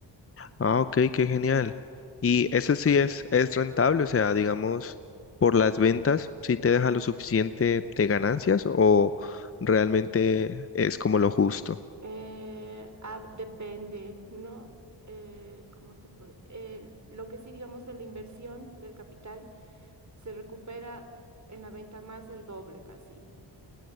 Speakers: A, on the left; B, on the right.
A: Ah, ok, qué
B: Mm,
A: genial. Y ese sí es, es rentable, o sea, digamos, por las ventas, ¿sí te
B: mm.
A: deja lo suficiente de ganancias o realmente es como lo justo?
B: Eh, ah, depende, ¿no? Eh, ¿cómo te puedo- eh, lo que sí digamos de la inversión del capital se recupera en la venta más del doble casi.